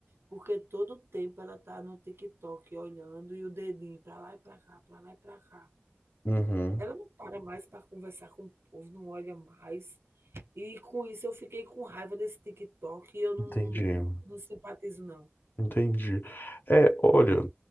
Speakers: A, on the right (about 85°); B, on the left (about 55°).
A: porque todo o tempo ela está no TikTok olhando e o dedinho para lá e para cá, para lá e para cá.
B: Uhum.
A: Ela não para mais para conversar com o povo, não olha mais. E com isso eu fiquei com raiva desse TikTok e eu não
B: Entendi.
A: não simpatizo não.
B: Entendi. É, olha,